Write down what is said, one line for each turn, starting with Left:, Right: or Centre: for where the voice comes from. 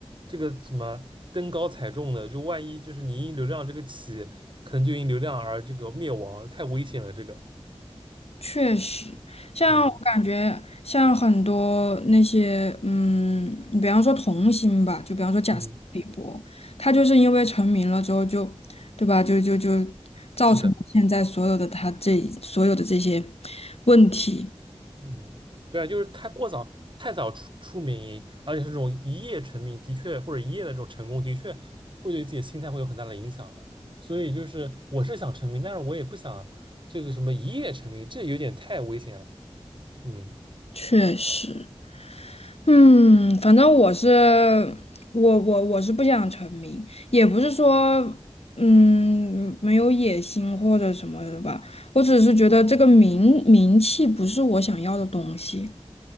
Right: 这个什么登高踩重的，就万一就是你因流量这个起，可能就因流量而这个灭亡，太危险了。这个，
Left: 确实，像我感觉，
Right: 嗯
Left: 像很多那些，嗯，比方说童星吧，就比方说贾斯汀比伯，
Right: 嗯，
Left: 他就是因为成名了之后就，对吧？就就就造成了现在所有的他这所有的这些
Right: 是的，
Left: 问题。
Right: 嗯，对啊，就是太过早太早出出名，而且是这种一夜成名，的确或者一夜的这种成功，的确会对自己的心态会有很大的影响啊。所以就是我是想成名，但是我也不想这个什么一夜成名，这有点太危险了。嗯。
Left: 确实。嗯，反正我是我我我是不想成名，也不是说嗯没有野心或者什么的吧，我只是觉得这个名名气不是我想要的东西。